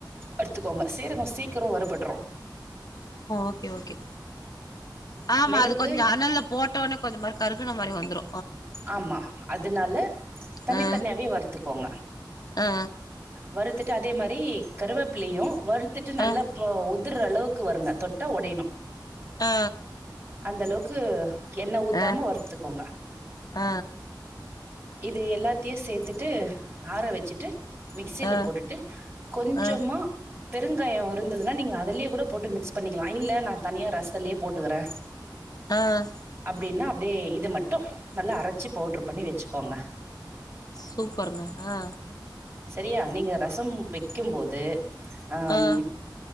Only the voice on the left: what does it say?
ஓகே ஓகே ஆமா
அது கொஞ்சோ அனல்ல போட் டோனே கொஞ்சமாரி கருகுன மாரி வந்துரு
ஆ
ஆ
ஆ
ஆ
ஆ
ஆ
ஆ
ஆ ஆ
ஆ
சூப்பருங்க ஆ
ஆ